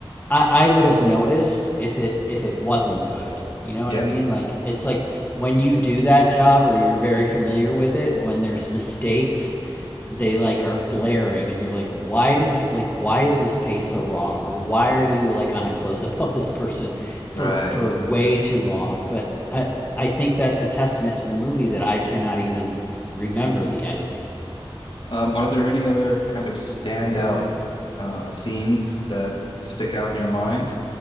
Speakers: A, on the left; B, on the left.
A: I, I would have noticed if it if it wasn't good. You know what
B: Yeah,
A: I mean? Like it's like when you do that job or you're very familiar with it, when there's mistakes, they like are glaring and you're like why did you like why is this pace so wrong or why are you like on a close up of this person for
B: right.
A: for way too long but i i think that's a testament to the movie that i cannot even remember the editing
B: Um, are there any other kind of standout uh, scenes that stick out in your mind?